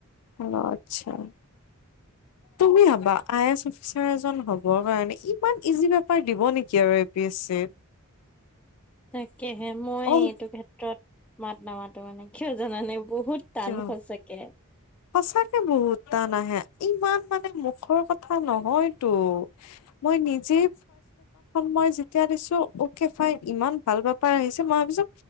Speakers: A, on the left; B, in the centre.
A: হ' আচ্ছা। তুমি ভাবা আই এছ অফিচাৰ এজন হ'বৰ কাৰণে ইমান ইজি পেপাৰ দিব নেকি আৰু এ পি এচ চিত।
B: তাকেহে মই
A: অ
B: এইটো ক্ষেত্ৰত মাত নামাতো মানে কিয় জানানে বহুত টান
A: কিয়
B: সচাকেহে।
A: সঁচাকে বহুত টান আহে, ইমান মানে মুখৰ কথা নহয়তো। মই নিজেই মই যেতিয়া দিছোঁ অকে ফাইন ইমান ভাল পা পাই আহিছে মই ভাবিছোঁ